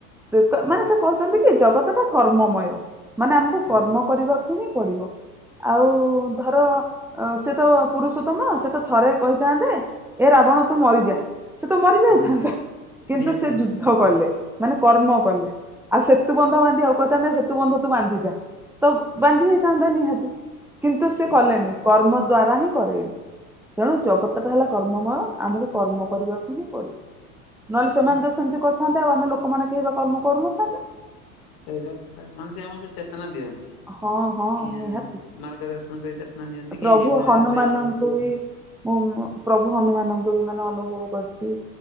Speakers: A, in the centre; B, on the left.
A: ସେ କ
B: ଆଜ୍ଞା
A: ମାନେ ସେ କହୁଛନ୍ତି କି ଜଗତ ଟା କର୍ମମୟ। ମାନେ ଆମକୁ
B: ଆଜ୍ଞା
A: କର୍ମ କରିବାକୁ ହିଁ ପଡିବ। ଆଉ ଧର ସେ ତ ପୁରୁଷୋତ୍ତମ ସେ ତ ଥରେ କହିଥାନ୍ତେ। ଏ ରାବଣ ତୁ ମରିଯା ସେ ତ ମରିଯାଇଥାନ୍ତା
B: ହୁଁ।
A: କିନ୍ତୁ
B: ନିହାତି
A: ସେ ଯୁ ଦ୍ଧ କଲେ ମାନେ କର୍ମ କଲେ ଆଉ ସେତୁ ବନ୍ଧ ବାନ୍ଧିବାକୁ କହିଥାନ୍ତେ ସେତୁ ବନ୍ଧ ତୁ ବାନ୍ଧି ଯାଆ। ତ ବାନ୍ଧି ହେଇଥାନ୍ତା ନିହାତି କିନ୍ତୁ
B: ଆଜ୍ଞା
A: ସେ କଲେନି। କର୍ମ ଦ୍ଵାରା ହିଁ କରେଇଲେ। ତେଣୁ ଜଗତ ଟା ହେଲା କର୍ମମୟ। ଆମକୁ କର୍ମ କରିବାକୁ ହିଁ ପଡିବ। ନହେଲେ ସେମାନେ ତ ସେମିତି କରିଥାନ୍ତେ ଆଉ ଆମେ ଲୋକମାନେ କେହି ପା କର୍ମ କରୁନଥାନ୍ତେ।
B: ସେଇବା କଥା ମାନେ ସେ ଆମକୁ ସବୁ ଚେତନା ଦିଅନ୍ତି। କି
A: ହଁ ହଁ ନିହାତି।
B: ମାର୍ଗ ଦର୍ଶନ କରି ଚେତନା ଦିଅନ୍ତି
A: ପ୍ରଭୁ
B: କି ଏଇଭଳିଆ
A: ହନୁମାନଙ୍କୁ
B: ହେଲେ ଏଇଭଳିଆ ହବ।
A: ବି ମୁଁ ପ୍ରଭୁ ହନୁମାନଙ୍କୁ ବି ମାନେ ଅନୁଭବ କରିଛି